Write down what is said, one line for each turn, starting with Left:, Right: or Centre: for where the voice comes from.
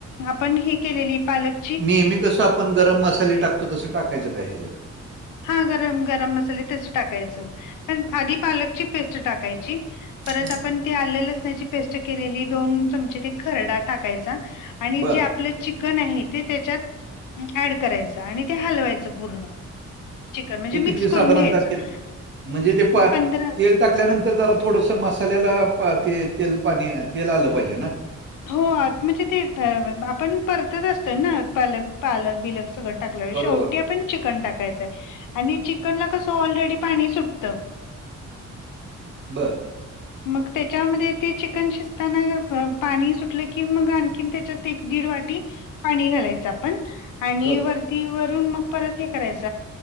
Left: आपण हे केलेलं पालक
Right: नेहमी कसं आपण गरम मसाले टाकतो तसं टाकायचं काय ह्याच्यात.
Left: हा गरम गरम मसाले तस टाकायचं. पण आधी पालकची पेस्ट टाकायची. परत
Right: हं,
Left: आपण ती आलं लसणाची पेस्ट केलेली दोन चमचे ते खरडा टाकायचा. आणि
Right: बरं.
Left: जे आपलं चिकन आहे ते त्याच्यात ऍड करायचं आणि ते हलवायचं पूर्ण. चिकन म्हणजे
Right: ते
Left: मिक्स
Right: किती साधारणतः
Left: करून घ्यायचं
Right: कित म्हणजे ते पा
Left: पंधरा
Right: तेल टाकल्यानंतर जरा थोडंसं मसाल्याला ते तेल पाणी तेल आलं पाहिजे ना.
Left: हो म्हणजे ते आपण परतत असतोय ना पालक पालक बिलक सग टाकल्या
Right: बरोबर.
Left: शेवटी आपण चिकन टाकायचंय आणि चिकन ला कसं ऑलरेडी पाणी सुटतं.
Right: बर.
Left: मग त्याच्यामध्ये ते चिकन शिजताना पाणी सुटलं की मग आणखी त्याच्यात एक दीड वाटी. पाणी घालायच पण आणि
Right: बरं,
Left: वरती वरून मग परत हे करायच.